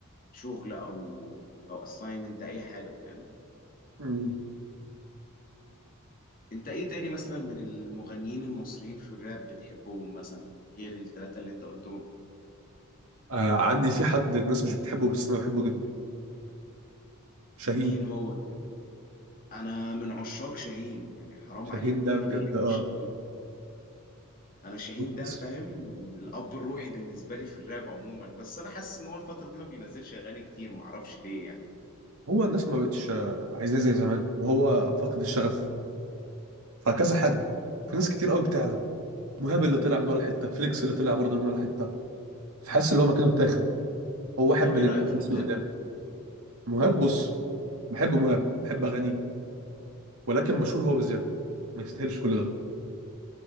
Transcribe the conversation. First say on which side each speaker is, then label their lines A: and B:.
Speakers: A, on the left (about 40°); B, on the right (about 85°).
A: شغل او او اساينمنت اي حاجه فاهم
B: مم.
A: انت ايه تاني مثلا من المغنيين المصريين في الراب بتحبهم مثلا غير الثلاثه اللي انت قلتهم
B: آه عندي في حد الناس مش بتحبه بس انا بحبه جدا شاهين
A: مين هو انا من عشاق شاهين يعني حرام
B: شاهين
A: عليك مين
B: ده بجد
A: ما بيحبش
B: اه
A: انا شاهين
B: وتحس
A: ده فاهم الاب الروحي بالنسبه لي في الراب عموما بس انا حاسس ان هو الفتره دي ما بينزلش اغاني كتير ما اعرفش ليه يعني
B: هو الناس ما بقتش آه، عايزاه زي زمان وهو فاقد الشغف فكذا حاجه في ناس كتير قوي بتعلى مهاب اللي طلع من ولا حته فليكس اللي طلع برضه من ولا حته فحاسس ان هو مكانه اتاخد هو واحد
A: طب
B: من
A: ايه رايك
B: الناس
A: في مهاب
B: اللي قدام مهاب بص بحب مهاب بحب اغانيه ولكن مشهور هو بزياده ما يستاهلش كل ده